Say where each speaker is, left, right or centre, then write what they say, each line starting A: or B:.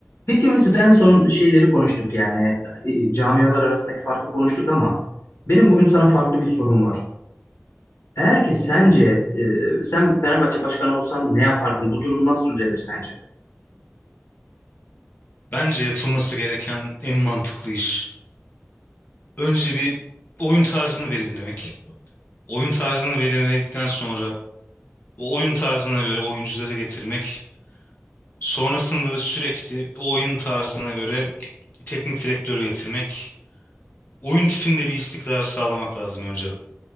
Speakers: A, on the left (about 55°); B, on the left (about 40°).
A: Peki Mesut en son şeyleri konuştuk yani e, camialar arasındaki farkı konuştuk ama benim bugün sana farklı bir sorum var. Eğer ki sence e, sen Fenerbahçe başkanı olsan ne yapardın? Bu durum nasıl düzelir sence?
B: Bence yapılması gereken en mantıklı iş. Önce bir oyun tarzını belirlemek. Oyun tarzını belirledikten sonra o oyun tarzına göre oyuncuları getirmek. Sonrasında da sürekli o oyun tarzına göre teknik direktörü getirmek. Oyun tipinde bir istikrar sağlamak lazım önce